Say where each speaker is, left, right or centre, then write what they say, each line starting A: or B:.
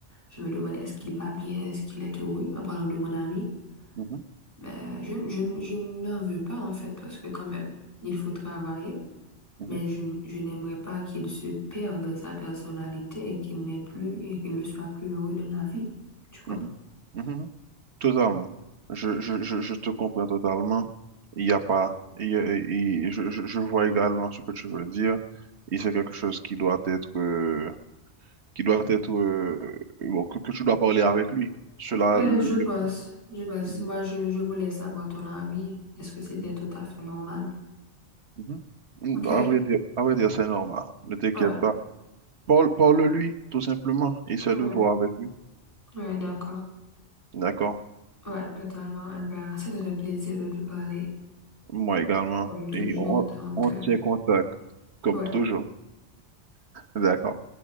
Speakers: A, on the left; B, on the right.
A: Je me demandais est-ce qu'il va bien, est-ce qu'il est heureux en parlant de mon ami.
B: mhm,
A: Mais je, je, je n'en veux pas en fait parce que quand même, il faut travailler.
B: mhm,
A: Mais je, je n'aimerais pas qu'il se perde dans sa personnalité et qu'il n'ait plus et qu'il ne soit plus heureux dans la vie. Tu crois
B: mhm,
A: pas?
B: mhm, mhm. Totalement. Je, je, je, je te comprends totalement. Il n'y a pas. il y a- il- je, je, je vois également ce que tu veux dire. Et c'est quelque chose qui doit être. euh, qui doit être. euh, bon, que, que tu dois parler avec lui. Cela,
A: Ouais,
B: le.
A: je pense. Je pense.
B: Mhm,
A: Moi, je, je voulais savoir ton avis. Est-ce que c'était
B: mhm,
A: tout à fait normal?
B: mhm. Mm,
A: Ok.
B: À vrai dire, à vrai dire, c'est normal. Ne t'inquiète
A: Ouais.
B: pas. Parle, parle-lui, tout simplement. Essaie
A: Ouais.
B: de voir avec lui.
A: Ouais, d'accord.
B: D'accord?
A: Ouais, totalement. Eh ben, c'était un plaisir de te parler,
B: Moi également.
A: comme toujours.
B: Et on,
A: Donc,
B: on
A: euh,
B: tient contact, comme
A: ouais.
B: toujours. D'accord?